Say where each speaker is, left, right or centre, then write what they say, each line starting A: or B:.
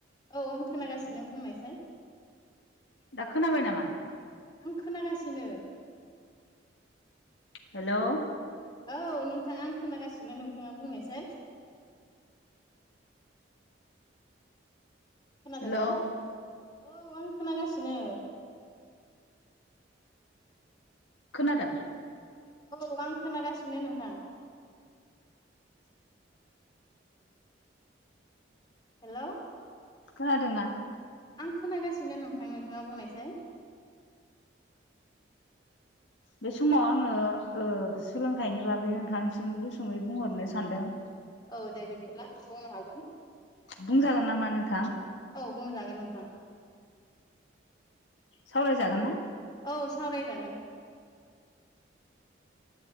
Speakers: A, on the left (about 25°); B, on the left (about 80°).
A: औ आं खोनागासिनो बुंनायसाय
B: दा खोनाबाय नामा
A: आं खोनागासिनो
B: हेल'
A: औ नोंथाङा आं खोनागासिनो नोंथाङा बुंनायसै खोनादोंना
B: हेल'
A: औ आं खोनागासिनो
B: खोनादों
A: औ आं खोनागासिनो नोंथां हेल'
B: खोनादोंना
A: आं खोनागासिनो नोंथां नोंथाङा बुंनायसाय
B: बे समाव आङो ओ सोलोंथाइनि बागै नोंथांनिसिम गुसुङै बुंहरनो सानदों
A: औ दे बिदिब्ला बुंनो हागोन
B: बुंजागोन नामा नोंथां
A: औ बुंजागोन नोंथां
B: सावरायजागोन ना
A: औ सावरायजागोन